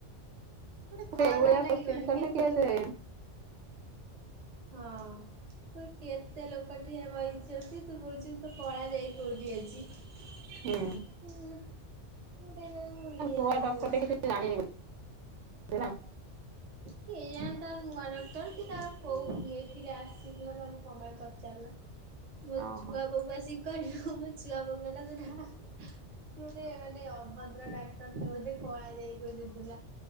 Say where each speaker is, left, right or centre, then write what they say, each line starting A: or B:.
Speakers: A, on the right; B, on the right.
A: ଗୋଟେ ଖରାପ
B: ଏଇ ଭଳିଆ
A: ଲାଗିବନି
B: କୋଶ୍ଚିନ କଲେ
A: କେତେ
B: କିଏ
A: ଲୋକ
B: ଯେ
A: ହଁ। କ କେତେ ଲୋକ ଠିଆ ବଇଛନ୍ତି ତୁ କହୁଛୁ ତ କଳାଜାଇ କୋଉଠି ଅଛି?
B: ହୁଁ
A: <inaudible> ତାକୁ ଇଏ
B: <inaudible>
A: ଲାଗିବ
B: ବୋଧେ ନା?
A: କି ଏଇତା ନୂଆ ଡକ୍ଟର କି ତାର କୋଉ ଏଥିରେ ଆସିଥିଲା ତାର ସମୟ ପଚାରିଲା? ମୋ
B: ଓହୋ
A: ଛୁଆ ବୋଉକୁ ଆସିକି କହିଲି ମୋ ଛୁଆ କହିଲା? ପୁଣି ସେ ମାନେ ଅଭଦ୍ର ଡାକ୍ତରଟେ ବୋଧେ ଯେ କଳାଜାଇ ଖୋଜୁଥିଲା?